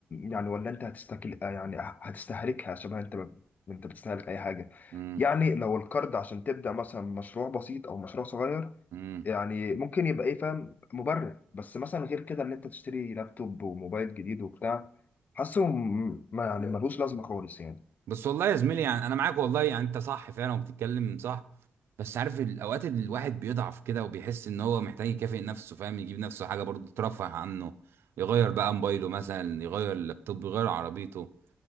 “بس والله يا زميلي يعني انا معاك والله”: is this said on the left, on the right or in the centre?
Right